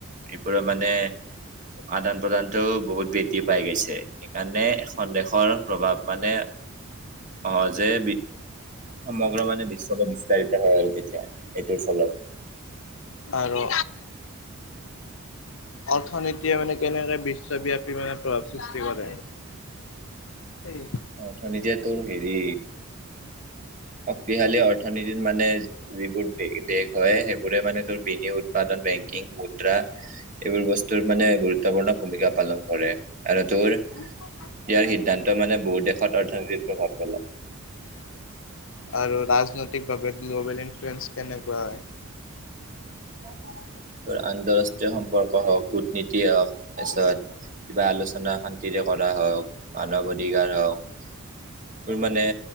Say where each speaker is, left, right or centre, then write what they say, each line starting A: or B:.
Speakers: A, on the right; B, on the left.
A: এইবোৰ মানে। আদান প্ৰদানটো বহুত বৃদ্ধি পাই গৈছে সেইকাৰণে এখন দেশৰ প্ৰভাৱ মানে, সহজে সমগ্ৰ মানে বিশ্বতে বিস্তাৰিত হয় আৰু তেতিয়া এইটোৰ ফলত।
B: আৰু। অৰ্থনীতিয়ে মানে কেনেকে বিশ্ববিয়াপি মানে প্ৰভাৱ সৃষ্টি কৰে। এই।
A: অৰ্থনীতিয়ে তোৰ হেৰি শক্তিশালী অৰ্থনীতিত মানে, যিবোৰ দ-দেশ হয় সেইবোৰে মানে তোৰ বিনি উৎপাদন। বেংকিং মুদ্ৰা এইবোৰ বস্তুৰ মানে গুৰুত্বপূৰ্ণ ভূমিকা পালন কৰে আৰু তোৰ
B: <unintelligible>
A: ইয়াৰ সিদ্ধান্ত মানে বহু দেশত অৰ্থনৈতিক প্ৰভাৱ পেলায়।
B: <unintelligible> ৰাজনৈতিকভাৱে গ্ল'বেল ইনফ্লএঞ্চ কেনেকুৱা হয়?
A: <unintelligible> তোৰ আন্তৰাষ্ট্ৰীয় সম্পৰ্ক হওক, কূটনীতিয়ে হওক, তাৰপিছত কিবা আলোচনা শান্তিৰেও কৰা হওক, মানৱ অধিকাৰ হওঁক। তোৰ মানে